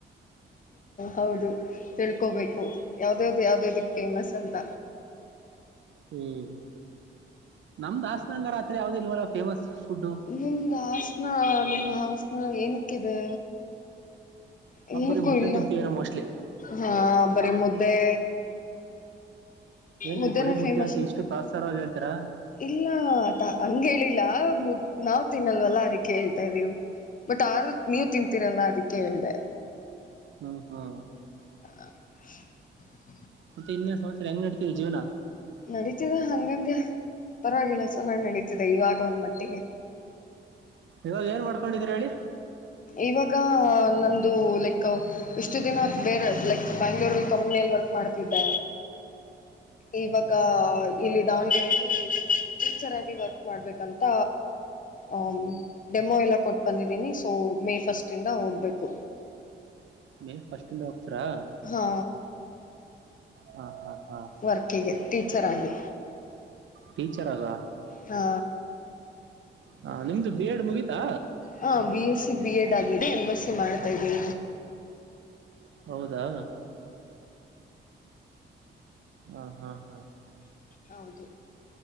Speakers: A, on the left; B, on the right.
A: ಹೌದು ತಿಳ್ ಕಕೋಬೇಕು ಯಾವ್ದ ಯಾವ್ದು ಯಾವ್ದೇದಕ್ ಫೇಮಸ್ ಅಂತ
B: ಹ್ಮ್ ಹ್ಮ್ ನಮ್ದಾಸ್ನಂಗರತ್ರ ಯಾವ್ದ ಇಲ್ವಲ್ಲ ಫೇಮಸ್ ಫುಡ್
A: ನಿಮ್ದ ಹಾಸನ ನಿಮ್ದ ಹಾಸನ ಏನಕ್ಕಿದೆ ಬಲ್ಕುಲ್
B: ನಾವ್ ಬರೀ ಮುದ್ದೆ ತಿಂತೀವೇನೋ ಮೋಸ್ಟ್ಲಿ
A: ಹಾ ಬರಿ ಮುದ್ದೆ
B: ಏನ್ರೀ
A: ಮುದ್ದೆನೇ
B: ಬರೀ ಮುದ್ದೆ
A: ಫೇಮಸ್
B: ಅಂತ ಇಷ್ಟು ತಾಸಸ್ತಾರ ಹೇಳ್ತಾರಾ
A: ಇಲ್ಲ ಹಂಗ ಹೇಳಿಲ್ಲ ಮುದ್ ನಾವ್ ತಿನ್ನಲ್ವಲ್ಲ ಅದಿಕ್ಕೆ ಹೇಳ್ತಾ ಇದ್ದೀವು ಬಟ್ ಆ ನೀವ್ ತಿನ್ಂತೀರಲ್ಲ ಅದಿಕ್ಕೆ ಅದಕ್ಕೆ ಹೇಳಿದೆ
B: ಹ್ಮ್ ಹ್ಮ್
A: ಹ
B: ಮತ್ತೆ ಇನ್ನೇ ಸಂತ್ಸರ ಹೆಂಗ್ ನಡತಿದೆ ಜೀವನ
A: ನಡೀತಿದೆ ಹಂಗಂಗೆ ಪರವಾಗಿಲ್ಲ ಚನ್ನ ನಡೀತಿದೆ ಇವಾಗ ಒಂದ್ ಮಟ್ಟಿಗೆ
B: ಇವಾಗ ಏನ್ ಮಾಡ್ಕೊಂಡಿದೀ್ರಿ ಹೇಳಿ
A: ಇವಾಗ ನಂದು ಲೈಕ್ ಇಷ್ಟು ದಿನ ಬೇರೆ ಲೈಕ್ ಬ್ಯಾಂಗ್ಳೂರ್ಲ್ಲಿ ಕಮ್ಮಿ ವರ್ಕ್ ಮಾಡ್ತಿದ್ದ
B: <inaudible>
A: ಇವಾಗ ಇಲ್ಲಿ ದಾವಣಗೆರೆಯಲ್ಲಿ ಟೀಚರ್ ಆಗಿ ವರ್ಕ್ ಮಾಡ್ಬೇಕಂತ ಹ ಡೆಮೊ ಎಲ್ಲ ಕೊಟ್ಟು ಬಂದಿದ್ದೀನಿ ಸೊ ಮೇ ಫಸ್ಟ್ ಇಂದ ಹೋಗ್ಬೇಕು
B: ಮೇ ಫಸ್ಟಿಂದ ಹೋಗ್ತರಾ
A: ಹಾ
B: ಹ್ಮ ಹಾ
A: ವರ್ಕಿಗೆ ಟೀಚರ್ ಆಗಿ
B: ಟೀಚರ್ ಆಗ
A: ಹಾ
B: ಹಾ ನಿಮ್ದು ಬಿ ಎಡ್ ಮುಗೀತಾ
A: ಹಾಂ ಬಿ ಎಸ್ಸ ಬಿ ಎಡ್ ಆಗಿದೆ ಎಂ ಎಸ್ಸ ಮಾಡ್ತಾ್ದೀಿ
B: ಹೌದಾ ಹ್ಮ ಹ್ಮ್ ಹ್ಮ್
A: ಹೌದು